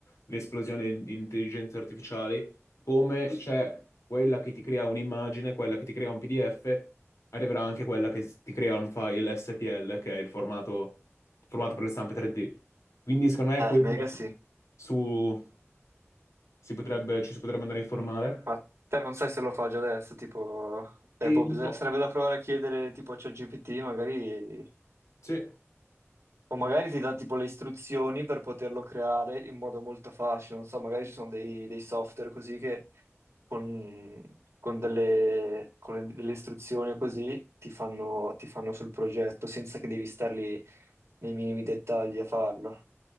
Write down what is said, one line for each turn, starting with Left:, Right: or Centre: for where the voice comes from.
Left: l'esplosione di intelligenze artificiali, come c'è quella che ti crea un'immagine, quella che ti crea un PDF, arriverà anche quella che ti crea un file STL, che è il formato, formato per le stampe 3D. Quindi secondo me
Right: Eh,
Left: quello
Right: mega sì.
Left: su... si potrebbe, ci si potrebbe andare a informare.
Right: Ma te non sai se lo fa già adesso, tipo, eh,
Left: E
Right: boh, bisog-
Left: no,
Right: sarebbe da provare a chiedere tipo a ChatGPT, magari
Left: sì.
Right: O magari ti dà tipo le istruzioni per poterlo creare in modo molto facile. Non so, magari ci sono dei, dei software così che con, con delle, con le- delle istruzioni o così ti fanno, ti fanno sul progetto senza che devi star lì nei minimi dettagli a farlo.